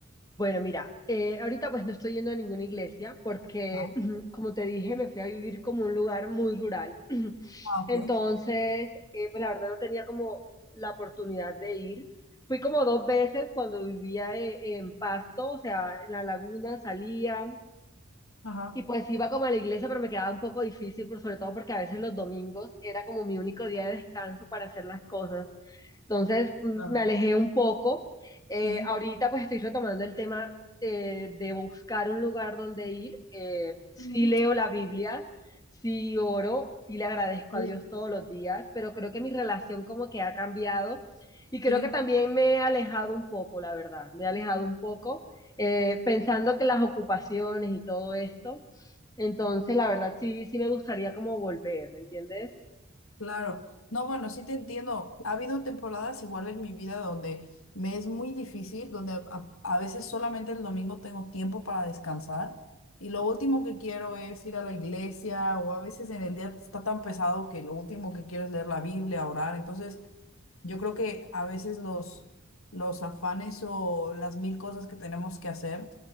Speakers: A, on the left; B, on the left.
A: Bueno, mira, eh, ahorita pues no estoy yendo a ninguna iglesia porque,
B: Ah,
A: <clears throat> como te dije, me fui a vivir como un lugar muy rural. <clears throat>
B: ah, ok.
A: Entonces, eh, pues la verdad no tenía como la oportunidad de ir. Fui como dos veces cuando vivía eh, en Pasto, o sea, en la laguna salía.
B: Ajá.
A: Y pues iba como a la iglesia, pero me quedaba un poco difícil, por sobre todo porque a veces los domingos era como mi único día de descanso para hacer las cosas. Entonces mm,
B: Claro.
A: me alejé un poco. Eh,
B: Sí,
A: ahorita pues estoy retomando el tema eh, de buscar un lugar donde ir. Eh, sí
B: Ujú.
A: leo la Biblia, sí oro, sí le agradezco
B: Sí.
A: a Dios todos los días, pero creo que mi relación como que ha cambiado y creo
B: sí.
A: que también me he alejado un poco, la verdad, me he alejado un poco eh, pensando que las ocupaciones y todo esto entonces, la verdad, sí, sí me gustaría como volver, ¿me entiendes?
B: Claro, no, bueno, sí te entiendo. Ha habido temporadas igual en mi vida donde me es muy difícil, donde a, a veces solamente el domingo tengo tiempo para descansar y lo último que quiero es ir a la iglesia o a veces en el día está tan pesado que lo último que quiero es leer la Biblia, orar. Entonces, yo creo que a veces los, los afanes o las mil cosas que tenemos que hacer